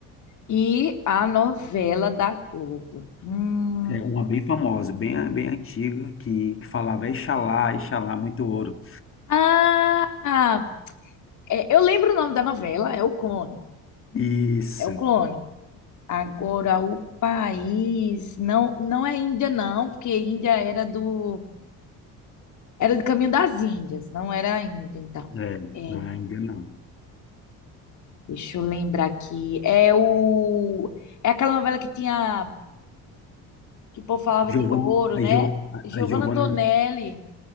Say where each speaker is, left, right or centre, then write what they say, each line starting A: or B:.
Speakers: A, on the left; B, on the left.
A: E a novela da Globo. Hum.
B: É uma bem famosa, bem, bem antiga, que, que falava Exalá, Exalá, muito ouro.
A: Ah, é, eu lembro o nome da novela, é o Clone.
B: Isso.
A: É o Clone. Agora, o país. Não, não é Índia, não, porque Índia era do. Era do caminho das Índias, não era a Índia, então.
B: É,
A: É,
B: não é ainda não.
A: Deixa eu lembrar aqui. É o é aquela novela que tinha que o povo falava
B: Giovana,
A: de ouro, né?
B: a, jo, a
A: Giovanna
B: a Giovana,
A: Antonelli.